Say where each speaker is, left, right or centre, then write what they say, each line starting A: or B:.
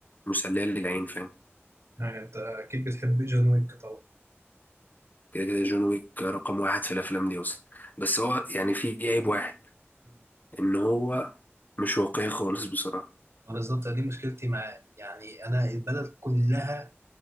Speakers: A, on the left; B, on the right.
A: مسلية للعين فاهم
B: يعني انت اكيد بتحب جون ويك طبعا
A: كده كده جون ويك رقم واحد في الافلام دي اصلا بس هو يعني في عيب واحد
B: مم.
A: ان هو مش واقعي خالص بصراحة
B: بالظبط دي مشكلتي معاه يعني انا البلد كلها